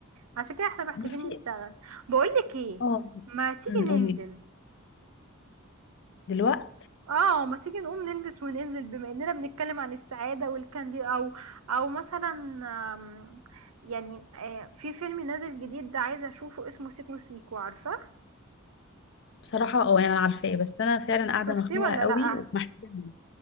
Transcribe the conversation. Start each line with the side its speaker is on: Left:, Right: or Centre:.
Right: عشان كده احنا محتاجين
Left: بصي
Right: نشتغل بقولك ايه
Left: اه
Right: ما تيجي
Left: مم،
Right: ننزل
Left: قولي دلوقتي
Right: اه ما تيجي نقوم نلبس وننزل بما اننا بنتكلم عن السعادة والكاندي او او مثلا آم، يعني آه، في فيلم نازل جديد ده عايزة اشوفه اسمه سيكو سيكو عارفة
Left: بصراحة اه يعني انا عارفاه بس انا فعلا قاعدة
Right: شفتيه
Left: مخنوقة
Right: ولا
Left: قوي
Right: لأ
Left: ومحتاجة منه.